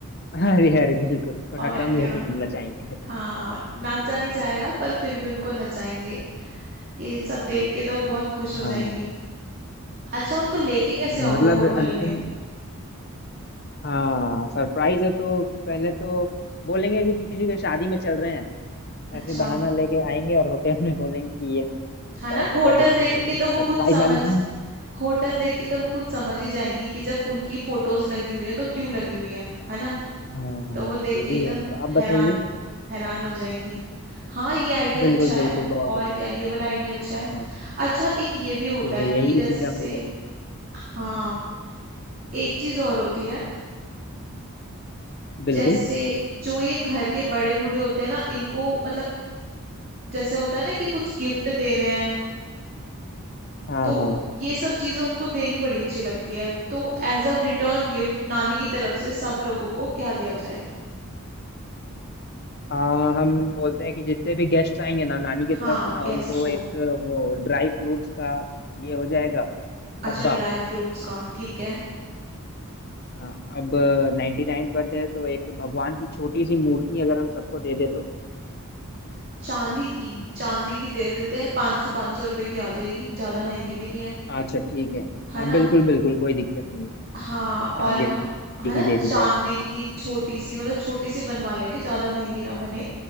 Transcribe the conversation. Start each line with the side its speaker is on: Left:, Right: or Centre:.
Left: अरे अरे बिल्कुल थोड़ा
Right: और
Left: कम
Right: क्या
Left: लेकिन नचाएंगे
Right: हाँ नाचा नहीं जाएगा पर फिर भी उनको नचाएंगे ये सब देख के तो बहुत खुश हो
Left: हाँ
Right: जाएंगी अच्छा उनको लेके कैसे आओगे
Left: मतलब
Right: होटल
Left: अंतिम
Right: में
Left: हाँ सरप्राइज है तो पहले तो बोलेंगे कि किसी के शादी में चल रहे हैं
Right: अच्छा
Left: ऐसे बहाना लेके आएंगे और होटल में बोलेंगे कि ये
Right: है
Left: तो
Right: ना
Left: आपका
Right: होटल
Left: बर्थडे सेलिब्रेशन
Right: देख के तो
Left: था सरप्राइज
Right: वो खुद समझ
Left: नानी जी
Right: होटल देख के तो वो खुद समझ ही जाएंगी कि जब उनकी फोटोज लगी हुई है तो क्यों लगी हुई है है ना
Left: हाँ
Right: तो वो देख
Left: ये
Right: के
Left: भी
Right: एकदम
Left: है तो आप
Right: हैरान
Left: बताइए
Right: हैरान हो जाएंगी हाँ ये आइडिया
Left: बिल्कुल
Right: अच्छा
Left: बिल्कुल
Right: है
Left: बहुत
Right: और
Left: अच्छा
Right: क्या
Left: लगा
Right: ये वाला आइडिया अच्छा है
Left: हाँ
Right: अच्छा एक ये भी होता
Left: ठीक
Right: है
Left: है यही
Right: कि
Left: इसी
Right: जैसे
Left: पे अमल कर
Right: हाँ एक चीज और होती है
Left: बिल्कुल
Right: जैसे जो ये घर के बड़े बूढ़े होते हैं ना इनको मतलब जैसे होता है ना कि कुछ गिफ्ट दे रहे हैं
Left: हाँ
Right: तो
Left: हाँ
Right: ये सब चीजें उनको देनी बड़ी अच्छी लगती है तो एज अ रिटर्न गिफ्ट नानी की तरफ से सब लोगों को क्या दिया जाए
Left: आ, हम बोलते हैं कि जितने भी गेस्ट आएंगे ना नानी की तरफ
Right: हाँ
Left: से ना
Right: गेस्ट
Left: उनको
Right: को
Left: एक वो ड्राई फ्रूट्स का ये हो जाएगा डब्बा
Right: अच्छा ड्राई फ्रूट्स का ठीक है
Left: हाँ अब नाइन्टी नाइन बर्थडे है तो एक भगवान की छोटी सी मूर्ति अगर हम सबको दे दे तो
Right: चांदी की चांदी की दे देते हैं पाँच सौ पाँच सौ रुपए की आ जाएगी ज्यादा महंगी भी नहीं है
Left: अच्छा ठीक है
Right: है
Left: हाँ
Right: ना
Left: बिल्कुल बिल्कुल कोई दिक्कत नहीं है।
Right: हाँ
Left: चांदी
Right: और हम
Left: की
Right: है ना
Left: दे
Right: चांदी
Left: दी जाएगी
Right: की छोटी सी मतलब छोटी सी बनवा लेंगे ज्यादा महंगी ना बने